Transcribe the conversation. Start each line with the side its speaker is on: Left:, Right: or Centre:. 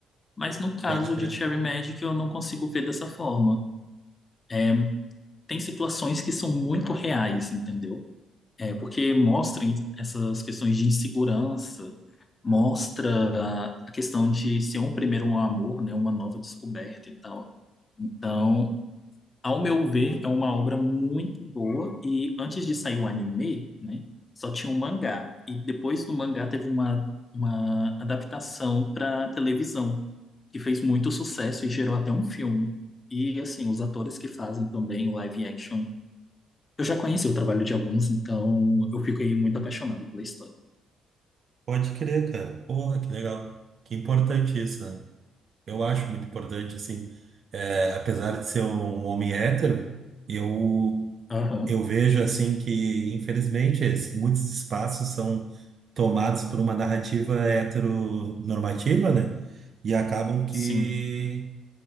Left: Mas no caso
Right: Pode crer.
Left: de Cherry Magic, eu não consigo ver dessa forma. É, tem situações que são muito reais, entendeu? É, porque mostram essas questões de insegurança, mostra a a questão de ser um primeiro amor, né? Uma nova descoberta e tal. Então, ao meu ver, é uma obra muito boa e antes de sair o anime, né, só tinha o mangá e depois do mangá teve uma, uma adaptação para televisão que fez muito sucesso e gerou até um filme. E assim, os atores que fazem também o live action, eu já conheci o trabalho de alguns, então eu fico aí muito apaixonado pela história.
Right: Pode crer, cara. Porra, que legal. Que importante isso, né? Eu acho muito importante, assim, é, apesar de ser um homem hétero, eu,
Left: Aham,
Right: eu vejo, assim, que, infelizmente, es- muitos espaços são tomados por uma narrativa heteronormativa, né? E acabam que
Left: sim,